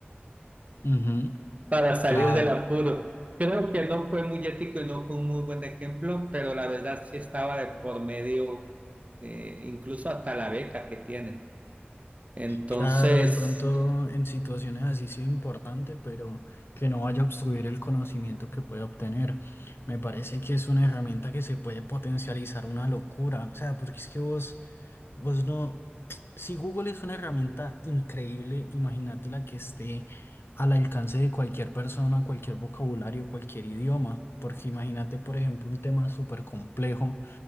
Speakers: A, on the left (about 70°); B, on the right (about 35°).
A: Ujú, ujú,
B: <laughs> para salir
A: Claro.
B: del apuro. Creo que no fue muy ético y no fue un muy buen ejemplo, pero la verdad sí estaba de por medio, eh, incluso hasta la beca que tiene. Entonces,
A: Claro, de pronto en situaciones así sí importante, pero que no vaya a obstruir el conocimiento que puede obtener. Me parece que es una herramienta que se puede potencializar una locura. O sea, porque es que vos, vos no. Si Google es una herramienta increíble, imagínate la que esté al alcance de cualquier persona, cualquier vocabulario, cualquier idioma. Porque imagínate, por ejemplo, un tema súper complejo